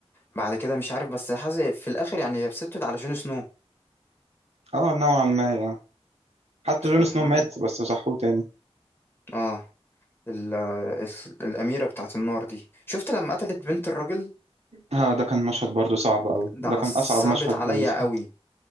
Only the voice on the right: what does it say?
اه نوعا ما يعني حتى
جون سنو مات بس صحوه تاني
اه ده كان مشهد برضو صعب قوي
ده
كان اصعب
مشهد
بالنسبة
لي